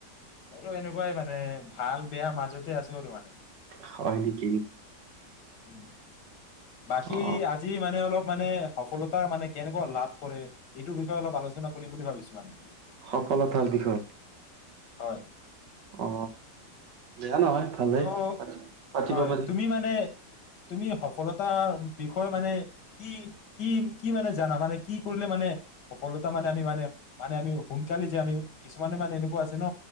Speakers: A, on the left (about 80°); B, on the right (about 80°).
A: অ এনেকুৱাই মানে ভাল বেয়া মাজ য'তে আছে আৰু মানে
B: হয় নেকি।
A: উম, বাকী
B: অ
A: আজি মানে অলপ মানে সফলতা মানে কেনেকুৱা লাভ কৰে এইটোৰ বিষয়ে অলপ আলোচনা কৰিম বুলি ভাবিছো মানে।
B: সফলতাৰ বিষয়।
A: হয়।
B: অ বেয়া নহয়। ভালেই
A: তো'
B: পাতি পাতিব
A: হয়
B: পাৰি
A: তুমি মানে তুমি সফলতাৰ বিষয়ে মানে কি কি কি মানে জানা মানে কি কৰিলে মানে সফলতা মানে আমি মানে মানে আমি সোনকালে যে আমি কিছুমানে মানে এনেকুৱা আছে ন